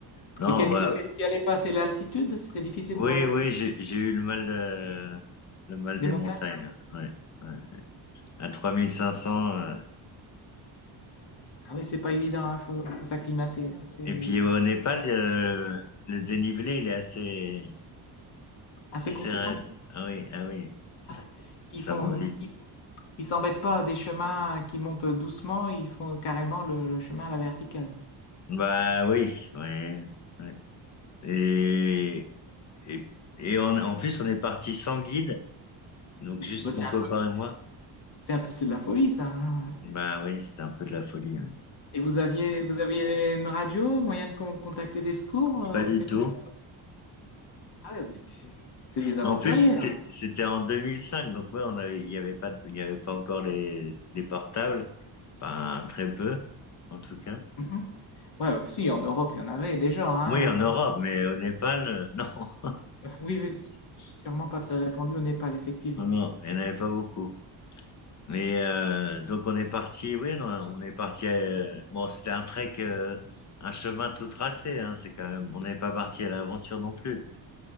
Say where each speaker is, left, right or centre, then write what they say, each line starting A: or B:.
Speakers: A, on the left (about 40°); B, on the left (about 65°).
A: Non,
B: Et qu'est-ce
A: bah,
B: que- qu'est-ce qui allait pas C'est L'altitude? C'était difficile
A: oui,
B: pour l'altitude
A: oui, j'ai j'ai eu le mal, euh, le mal
B: des
A: des
B: montagnes?
A: montagnes. Ouais, ouais. À 3500. euh.
B: Ah oui, c'est pas évident, Il faut, faut s'acclimater. hein, c'est
A: Et puis, au Népal, euh, le dénivelé, il est assez,
B: assez
A: assez
B: conséquent.
A: raide. Ah oui, ah oui,
B: Ouais. Ils
A: ça
B: font,
A: monte vite.
B: ils, ils s'embêtent pas à des chemins qui montent doucement, ils font carrément le, le chemin à la verticale.
A: Bah oui, ouais, ouais. Et, et, et on- en plus, on est parti sans guide. Donc
B: Bon,
A: juste
B: bah, c'est
A: mon
B: un
A: copain
B: peu,
A: et moi.
B: c'est un peu, c'est de la folie, ça. hein.
A: Bah oui, c'était un peu de la folie. ouais.
B: Et vous aviez, vous aviez une radio, moyen de con- contacter des secours, euh,
A: Pas du
B: ou quelque
A: tout.
B: chose? Ah ouais, bah, c'est c'est des aventuriers
A: En plus, c'est-
B: là.
A: c'était en 2005, donc ouais, on avait, il y avait pas, de- il y avait pas encore les, les portables, enfin très peu, en tout cas.
B: Mhm. Ouais, bah, si, en Europe, il y en avait déjà, hein.
A: Oui, en Europe, mais au Népal, euh, <laughs> non,
B: Oui, oui, c'est sûrement pas très répandu au Népal, effectivement.
A: non, non, il n'y en avait pas beaucoup. Mais euh, donc on est parti, oui, non, on est parti. euh, bon, c'était un trek, euh, un chemin tout tracé. Hein, c'est quand même, on n'est pas parti à l'aventure non plus,